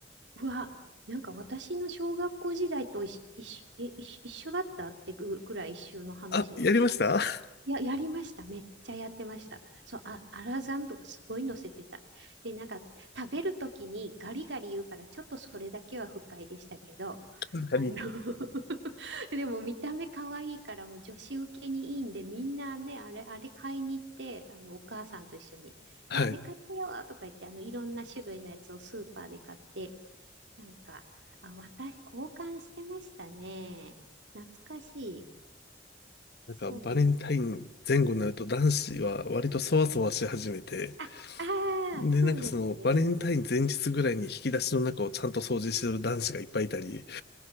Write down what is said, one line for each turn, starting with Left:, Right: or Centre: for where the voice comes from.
Right: うわ、なんか私の小学校時代と一緒、一緒、え一緒一緒だったってぐ、ぐらい一緒の話です。
Left: あ、やりました
Right: あの、
Left: <laughs>
Right: や、やりました。めっちゃやってました。そう、あ、アラザンとかすごい乗せてた。で、なんか、食べるときにガリガリ言うから、ちょっとそれだけは不快でしたけど、
Left: 確かに。
Right: あの <laughs> でも見た目可愛いからもう女子受けにいいんでみんなねあれ、あれ買いに行ってあのお母さんと一緒に「えあれ買ってよ」とか言ってあのいろんな種類のやつをスーパーで買って
Left: はい。
Right: なんかあ私交換してましたね懐かしい
Left: なんかバレンタイン前後になると男子は割とそわそわし始めて、
Right: そうあ、ああ、
Left: で、
Right: そうですね。
Left: なんかそのバレンタイン前日ぐらいに引き出しの中をちゃんと掃除してる男子がいっぱいいたり、